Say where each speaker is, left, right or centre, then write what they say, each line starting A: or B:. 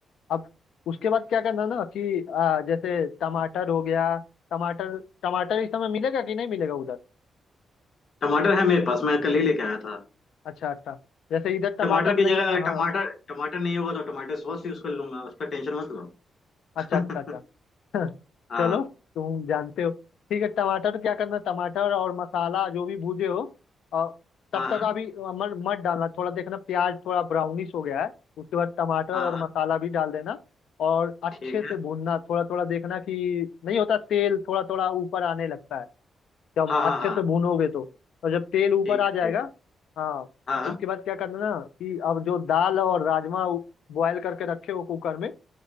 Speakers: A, on the left; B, on the left.
A: अब उसके बाद क्या करना ना कि आ, जैसे टमाटर हो गया टमाटर टमाटर इस समय मिलेगा कि नहीं मिलेगा उधर
B: टमाटर है मेरे पास मैं कल ही लेके आया था
A: अच्छा अच्छा जैसे इधर टमाटर
B: टमाटर
A: नहीं
B: की जगह
A: हाँ
B: टमाटर टमाटर नहीं होगा तो टमाटर सॉस यूज कर लूंगा उसका टेंशन मत लो
A: अच्छा अच्छा अच्छा
B: <laughs>
A: <laughs>
B: हाँ
A: चलो तुम जानते हो ठीक है टमाटर क्या करना टमाटर और मसाला जो भी भूजे हो और तब
B: हाँ
A: तक
B: हाँ
A: अभी मत मत डालना थोड़ा देखना प्याज थोड़ा ब्राउनिश हो गया है उसके बाद टमाटर
B: हाँ
A: और
B: हाँ,
A: मसाला भी डाल देना और अच्छे
B: ठीक
A: से
B: है
A: भूनना थोड़ा थोड़ा देखना कि नहीं होता तेल थोड़ा थोड़ा ऊपर आने लगता है जब
B: हाँ
A: अच्छे
B: हाँ हाँ
A: से भूनोगे तो और जब तेल ऊपर
B: ठीक
A: आ
B: है
A: जाएगा
B: ठीक है
A: हाँ
B: हाँ हाँ
A: उसके बाद क्या करना ना कि अब जो दाल और राजमा बॉयल करके रखे हो कुकर में